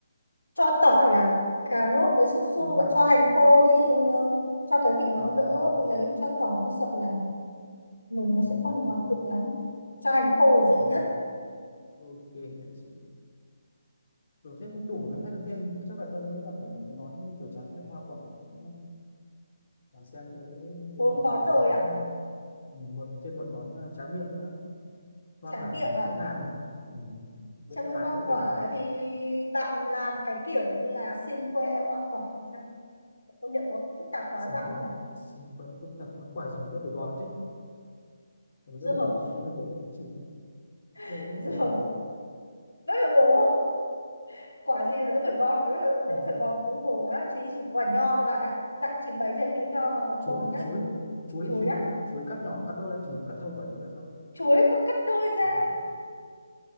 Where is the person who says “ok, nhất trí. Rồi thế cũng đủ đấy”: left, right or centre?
Left